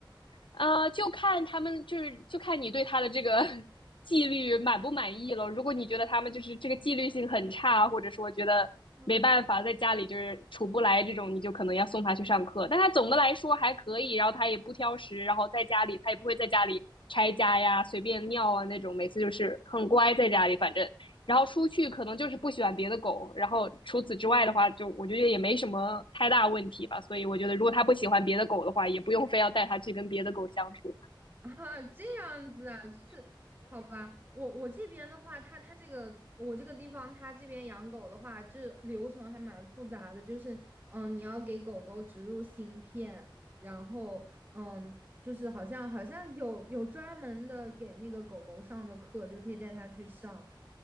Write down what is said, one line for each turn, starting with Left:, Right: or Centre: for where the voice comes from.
Left: 啊，就看他们，就是就看你对他的这个 <laughs> 纪律满不满意了。如果你觉得他们就是这个纪律性很差，或者说觉得没办法在家里就是处不来这种，
Right: 嗯，
Left: 你就可能要送他去上课。但他总的来说还可以，然后他也不挑食，然后在家里他也不会在家里拆家呀、随便尿啊那种，每次就是很乖在家里，反正然后出去可能就是不喜欢别的狗，然后除此之外的话，就我觉得也没什么太大问题吧。所以我觉得，如果他不喜欢别的狗的话，也不用非要带它去跟别的狗相处。
Right: 啊，这样子啊，就是好吧。我我这边的话，它它这个我这个地方，它这边养狗的话，这流程还蛮复杂的。就是嗯，呃你要给狗狗植入芯片，然后嗯，就是好像好像有有专门的给那个狗狗上的课，就可以带它去上。